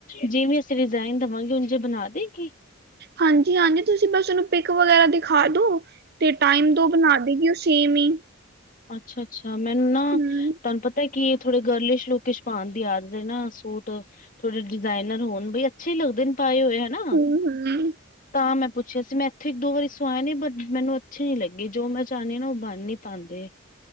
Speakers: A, on the left; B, on the right.
A: ਜਿਵੇਂ ਅਸੀਂ ਡਿਜ਼ਾਇਨ ਦੇਵਾਂਗੇ ਉਂਜੇ ਈ ਬਣਾ ਦੇਗੀ।
B: ਹਾਂਜੀ ਹਾਂਜੀ ਤੁਸੀਂ ਬਸ ਉਹਨੂੰ ਪਿੱਕ ਵਗੈਰਾ ਦਿਖਾ ਦੋ। ਤੇ ਟਾਈਮ ਦੋ ਬਣਾ ਦੇਗੀ ਉਹ ਸੇਮ ਈ।
A: ਅੱਛਾ ਅੱਛਾ ਮੈਨੂੰ ਨਾ
B: ਹਮ
A: ਤੁਹਾਨੂੰ ਪਤਾ ਕਿ ਥੋੜੇ ਗਰਲਿਸ਼ ਲੁਕ ਇਚ ਪਾਉਣ ਦੀ ਆਦਤ ਏ ਨਾ ਸੂਟ। ਥੋੜੇ ਜਿਹੇ ਡਿਜ਼ਾਇਨਰ ਹੋਣ ਬਈ ਅੱਛੇ ਹੀ ਲੱਗਦੇ ਨੇ ਪਾਏ ਹੋਏ। ਹੈਨਾ
B: ਹਮ ਹਮ
A: ਤਾਂ ਮੈਂ ਪੁੱਛਿਆ ਸੀ ਮੈਂ ਇੱਥੇ ਇੱਕ ਦੋ ਵਾਰੀ ਸੁਆਏ ਨੇ ਬਟ ਮੈਨੂੰ ਅੱਛੇ ਨੀ ਲੱਗੀ ਜੋ ਮੈਂ ਚਾਹੁੰਦੀ ਹਾਂ ਨਾ ਉਹ ਬੰਨ ਨੀ ਪਾਉਂਦੇ।